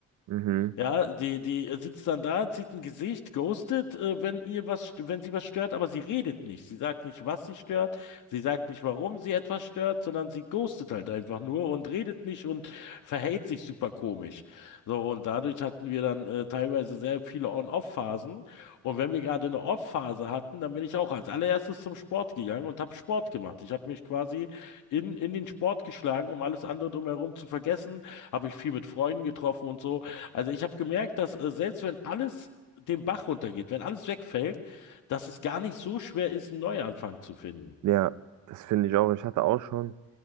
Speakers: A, on the right (about 75°); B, on the left (about 80°).
A: Mhm.
B: Ja, die, die sitzt dann da, zieht ein Gesicht, ghostet, äh, wenn ihr was, st- wenn sie was stört, aber sie redet nicht. Sie sagt nicht, was sie stört, sie sagt nicht, warum sie etwas stört, sondern sie ghostet halt einfach nur und redet nicht und verhält sich super komisch. So, und dadurch hatten wir dann äh, teilweise sehr viele On-Off-Phasen. Und wenn wir gerade eine Off-Phase hatten, dann bin ich auch als allererstes zum Sport gegangen und habe Sport gemacht. Ich habe mich quasi in, in den Sport geschlagen, um alles andere drumherum zu vergessen. Habe ich viel mit Freunden getroffen und so. Also ich habe gemerkt, dass äh, selbst wenn alles den Bach runtergeht, wenn alles wegfällt, dass es gar nicht so schwer ist, einen Neuanfang zu finden.
A: Ja, das finde ich auch. Ich hatte auch schon.